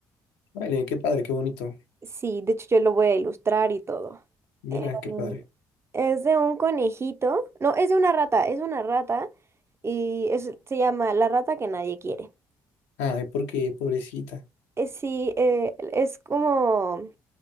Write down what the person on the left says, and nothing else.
vale, qué padre, qué bonito.
Mira, qué
padre.
Ay, ¿por qué, pobrecita?